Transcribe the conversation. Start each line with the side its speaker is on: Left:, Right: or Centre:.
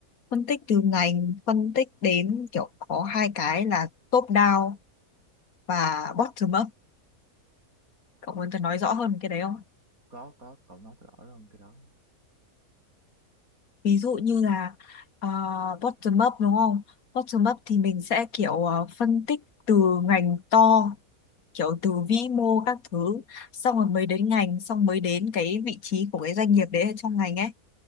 Left: phân tích từ ngành phân tích đến kiểu có hai cái là top down và bottom up cậu muốn tôi nói rõ hơn về cái đấy không
Right: có có cậu nói rõ hơn cái đó
Left: ví dụ như là ờ, bottom up đúng không bottom up thì mình sẽ kiểu ờ, phân tích từ ngành to kiểu từ vĩ mô các thứ xong rồi mới đến ngành xong mới đến cái vị trí của cái doanh nghiệp đấy ở trong ngành ấy